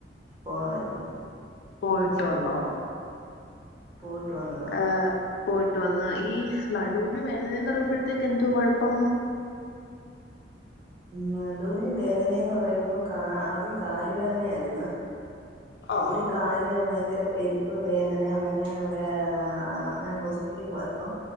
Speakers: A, on the right (about 30°); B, on the left (about 60°).
A: പോണമായിരുന്നു
B: പോയിട്ട് വന്നോ
A: പോയിട്ട് വന്നതാ
B: ഏഹ് പോയിട്ട് വന്ന് ഈ നടുവിന് വേദനന്ന് പറയുമ്പോഴത്തേക്ക് എന്തോ കൊഴപ്പം
A: നടുവിന് വേദനയന്ന് പറയുമ്പം ആദ്യം കാലുവേദനയായിരുന്നു
B: ആഹ്
A: ഒരു കാല് ഭയങ്ക ഭയങ്കര പെരുപ്പ് വേദന അങ്ങനെ അങ്ങനെ ഹോസ്പിറ്റലിൽ പോയപ്പം